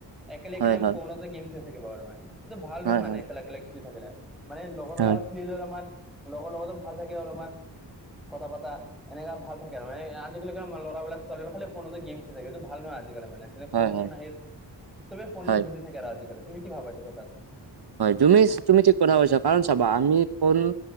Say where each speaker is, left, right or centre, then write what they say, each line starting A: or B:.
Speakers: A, in the centre; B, on the right (about 65°).
A: একেল একেলে
B: হয় হয়
A: ফোনতে গেম খেলি থাকিব আৰু মানে, এইটো ভাল নহয়
B: হয়
A: মানে
B: হয়
A: একেলে একেলে খেলি থাকিলে। মানে লগৰবিলাকত
B: হয়
A: খেলিলেও অলপমান লগৰ লগতো ভাল থাকে অলপমান কথা পতা। এনেকা ভাল থাকে মানে আজিকালি কিবা লৰাবিলাক ছোৱালীবিলাক খালি ফোনতে গেম খেলি থাকে এইটো ভাল নহয আজিকালি মানে। যেনে,
B: হয়
A: ফোন
B: হয়
A: ফোন আহিল চবে ফোনটে
B: হয়
A: বিজি থাকে আৰু আজিকালি তুমি কি ভাবা এইটো কথাত?
B: তুমিচ তুমি ঠিক কথা কৈছা কাৰণ চাবা আমি ফন-